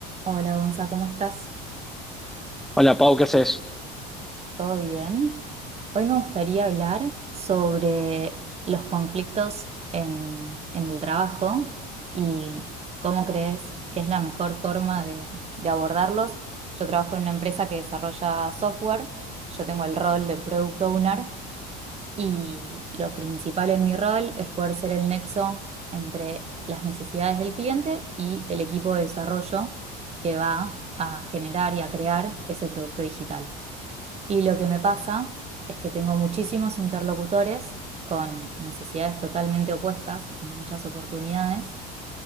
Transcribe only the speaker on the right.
Hola Gonza, ¿cómo estás?
¿Todo bien? Hoy me gustaría hablar sobre los conflictos en, en el trabajo y cómo crees que es la mejor forma de, de abordarlos. Yo trabajo en una empresa que desarrolla software, yo tengo el rol de Product Owner Y lo principal en mi rol es poder ser el nexo entre las necesidades del cliente y el equipo de desarrollo que va a generar y a crear ese producto digital. Y lo que me pasa es que tengo muchísimos interlocutores con necesidades totalmente opuestas en muchas oportunidades